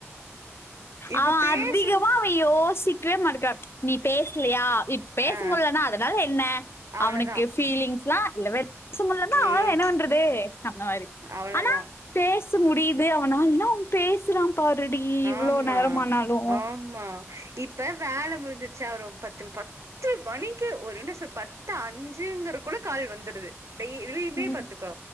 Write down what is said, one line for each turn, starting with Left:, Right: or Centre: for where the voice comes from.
Right: இப்ப
Left: அவன்
Right: பேசுன
Left: அதிகமா அவன் யோசிக்கவே மட்டக்கா நீ பேசலையா பேச
Right: ஆ
Left: முடியலனா அதனால என்ன
Right: அவ்ளதா
Left: அவனுக்கு ஃபீலிங்ஸ்லா இல்லவே இல்ல பேசமுட்லனா அவ்ளதா‌
Right: ம்
Left: என்ன பண்றது அந்த மாரி
Right: அவ்ளதா
Left: ஆனா பேச முடியுது அவனாலனா அவன் பேசறா பாருடி இவ்ளோ
Right: ஆமா
Left: நேரமானாலு
Right: ஆமா இப்ப வேல முடிஞ்சுச்சா ஒரு பத்து ப பத்து மணிக்கு ஒரு என்ன சொல் பத்து அஞ்சுங்கற குள்ள கால் வந்துடுது டெய்லி இதையுமே
Left: ம்
Right: பாத்துக்கோ